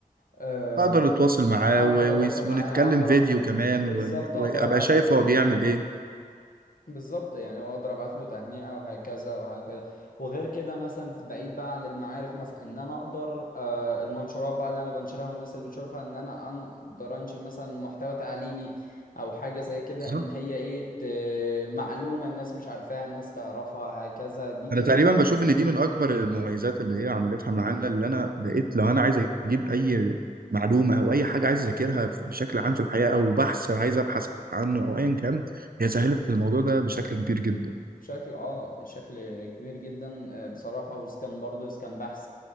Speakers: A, on the left (about 70°); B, on the right (about 80°).
A: آه،
B: اقدر اتواصل معاه
A: أقدر
B: و...
A: أتواصل
B: و... ونتكلم
A: معاه أقدر
B: فيديو كمان
A: بالظبط
B: و... وابقى
A: أقدر أبعت
B: شايف
A: له تهنئة
B: هو بيعمل ايه
A: بالظبط يعني هو اقدر ابعت له تهنئه وهكذا وهكذا وغير كده مثلا بعيد بقى عن المعارف مثلا ان انا اقدر آه، المنشورات بقى اللي انا بنشرها والناس اللي بتشوفها ان انا اقدر انشر مثلا محتوى تعليمي او حاجه زي كده
B: بالظبط.
A: ان هي ايه ت- معلومه الناس مش عارفاها الناس تعرفها هكذا دي كده
B: انا تقريبا بشوف ان دي من اكبر المميزات اللي هي عملتها معانا اللي انا بقيت لو انا عايز اجيب اي معلومه او اي حاجه عايز اذاكرها بشكل عام في الحياه او بحث عايز ابحث عنه او ايا كان هي سهلت الموضوع ده بشكل كبير جدا
A: بشكل اه بشكل كبير جدا آه، بصراحه وإذا برضه إذا بحث